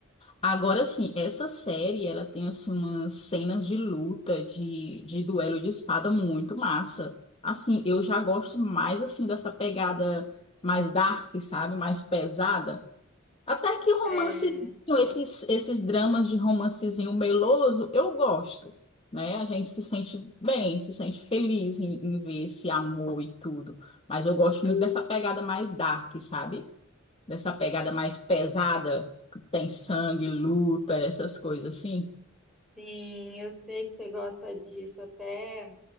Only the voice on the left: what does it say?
Agora sim, essa série ela tem assim umas cenas de luta, de, de duelo de espada muito massa. Assim, eu já gosto mais assim dessa pegada mais dark, sabe? Mais pesada. Até que o
romancezinho, esses, esses dramas de romancezinho meloso, eu gosto, né? A gente se sente bem, se sente feliz em, em ver esse amor e tudo. Mas eu gosto muito dessa pegada mais dark, sabe? dessa pegada mais pesada, que tem sangue, luta, essas coisas assim.